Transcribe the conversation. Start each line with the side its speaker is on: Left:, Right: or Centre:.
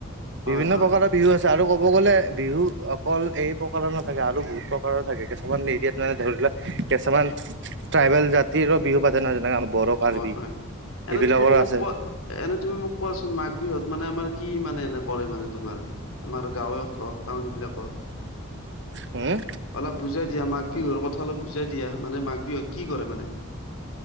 Left: হয়
Right: বিভিন্ন
Left: হয়
Right: প্ৰকাৰৰ বিহু আছে আৰু কব ক'ব গ'লে বিহু অকল এই প্ৰকাৰৰ নাথাকে আৰু বহুত প্ৰকাৰৰ থাকে কিছুমান এৰিয়াত মানে ধৰি লোৱা কিছুমান ট্ৰাইবেল জাতিৰো বিহু পাতে নহয় যেনেকে আমাৰ বড কাৰ্বি।
Left: হয় হয়
Right: সেইবিলাকৰো
Left: এনে তুমি মোক
Right: আছে
Left: কোৱা এনে তুমি মোক কোৱাচোন মাঘ বিহুত মানে আমাৰ কি মানে কৰে মানে তোমাৰ আমাৰ গাঁৱে হওক টাউন বিলাকত?
Right: হম
Left: অলপ বুজাই দিয়া মাঘ বিহুৰ কথা অলপ বুজাই দিয়া মানে মাঘ বিহুত কি কৰে মানে